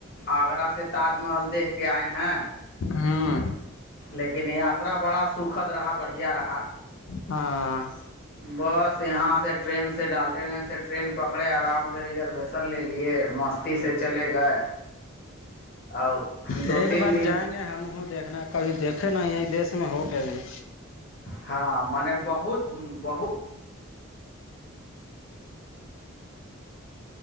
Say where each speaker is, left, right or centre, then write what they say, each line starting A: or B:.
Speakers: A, on the left; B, on the left.
A: آگرہ سے تاج انل دیکھ کے آئے ہیں
B: ہاں
A: لیکن یاترا بڑا سکھد رہا بڑھیا رہا
B: ہاں
A: بس یہاں سے ٹرین سے ڈالٹین گنج سے ٹرین پکڑے آرام سے ریزرو فسل لےے مستی سے چلے گئے اور دو
B: ایک
A: تین
B: بار
A: دن
B: جائیں گے ہم ہوں دیکھنا کبھی دیکھے نہیں ہے دیس میں ہو کے بھیھی
A: ہاں م بہت بہت